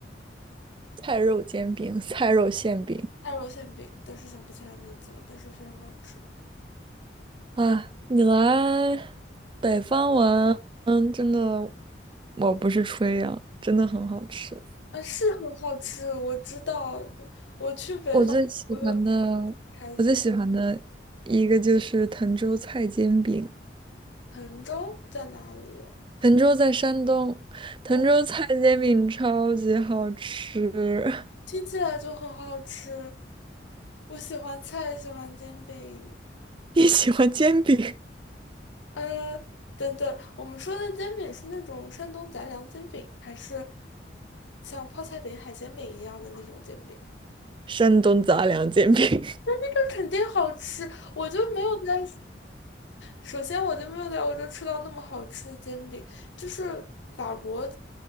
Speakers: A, on the right; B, on the left.
A: 菜肉煎饼、<laughs> 菜肉馅饼
B: 爱肉馅饼，但是想不起来名字了，但是非常好吃。
A: 啊！你来北方玩，嗯，真的，我不是吹啊，真的很好吃。
B: 啊，是很好吃，我知道。我去北方，
A: 我最喜欢的，
B: 我就开心。
A: 我最喜欢的一个就是滕州菜煎饼。
B: 滕州在哪里
A: 滕州在山东，滕州菜煎饼超级好吃。
B: 我听起来就很好吃。我喜欢菜，喜欢煎饼。
A: <laughs> 你喜欢煎饼？
B: 呃，等等，我们说的煎饼是那种山东杂粮煎饼，还是像泡菜饼、海鲜饼一样的那种煎饼？
A: 山东杂粮煎饼，
B: 这肯定好吃，我就没有在。首先，我就没有在欧洲吃到那么好吃的煎饼，就是法国